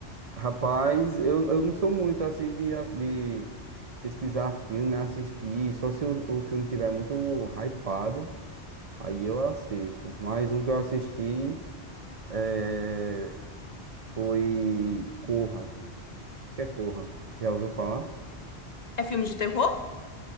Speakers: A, on the right; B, on the left.
A: Rapaz, eu, eu não sou muito assim de, ass- de pesquisar filme, assistir, só se o, o filme tiver muito hypado, aí eu assisto. Mas um que eu assisti é, foi Corra. Acho que é Corra. Já ouviu falar?
B: É filme de terror?